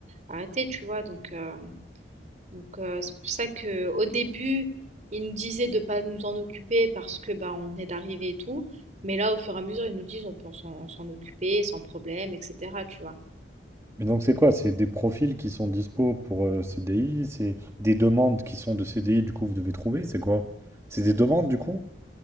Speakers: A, on the right; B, on the right.
A: arrêter, tu vois. Donc, euh, Donc, euh, c'est pour ça que au début, ils nous disaient de ne pas nous en occuper parce que bah, on venait d'arriver et tout. Mais là, au fur et à mesure, ils nous disent on peut s'en s'en occuper sans problème, etc. Tu vois.
B: Mais donc c'est quoi? C'est des profils qui sont dispo pour euh, CDI, c'est des demandes qui sont de CDI, du coup vous devez trouver, c'est quoi? C'est des demandes du coup?